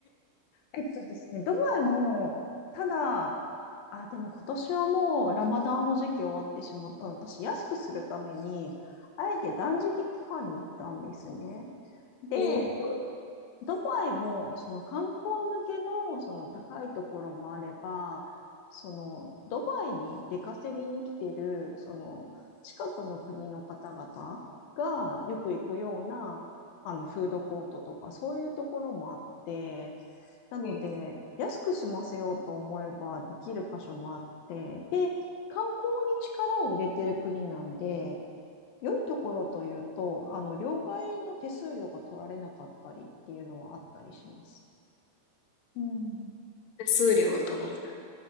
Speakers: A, on the left; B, on the left.
A: えっとですね、ドバイも、ただ、あ、でも今年はもうラマダンの時期終わってしまったの。私、安くするために、あえて断食期間に行ったんですね。で、
B: ーと、
A: ドバイも、その観光向けの、その高いところもあれば、その、ドバイに出稼ぎに来てる、その、近くの国の方々がよく行くような、あの、フードコートとか、そういうところもあって、なので、
B: え
A: 安く済ませようと思えばできる箇所もあって、で、観光に力を入れてる国なんで、良いところというと、あの、両替の手数料が取られなかったりっていうのはあったりします。うん
B: 手数料が取られな